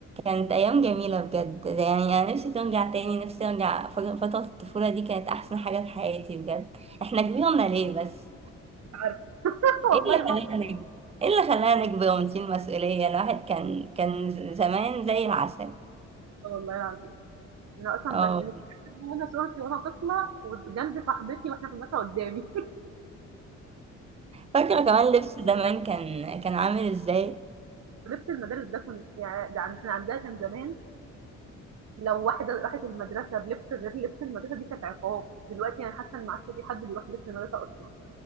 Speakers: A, on the right (about 20°); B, on the right (about 55°).
A: كانت
B: مش
A: ايام جميله بجد يعني انا نفسي ترجع تاني نفسي ارجع فج- فتره الطفوله دي كانت احسن حاجه في حياتي بجد احنا كبرنا ليه بس
B: عارفة <laughs>
A: ايه
B: والله
A: اللي
B: ما
A: خلانا نكبر ايه اللي خلانا نكبر ونشيل مسؤوليه الواحد كان كان زمان زي العسل
B: آه والله العظيم، أنا أصلًا
A: اه
B: ب بنتكلم وأنا صورتي وأنا طفلة وجنب صاحبتي وإحنا في المدرسة قدّامي، <laughs>
A: فاكره كمان لبس زمان كان كان عامل ازاي
B: لبس المدارس ده كن ياه ده عن كان عندنا عندها كان زمان لو واحدة راحت المدرسة بلبس غير لبس المدرسة دي كانت عقاب، دلوقتي أنا حاسة إن ما عادش في حد بيروح لبس المدرسة أصلًا،